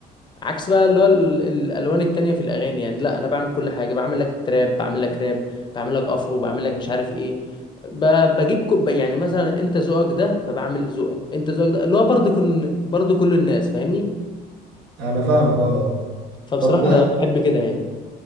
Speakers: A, on the left; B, on the right.
A: عكس بقى اللي هو ال- الالوان التانية في الاغاني يعني لا انا بعمل كل حاجه بعمل لك تراب بعمل لك راب بعمل لك افرو بعمل لك مش عارف ايه ب- بجيب كو ب- يعني مثلا انت ذوقك ده فبعمل ذوقك انت ذوقك ده اللي هو برضه كن برضه كل الناس فاهمني
B: انا فاهمك اه
A: فبصراحه
B: طب
A: انا احب كده يعني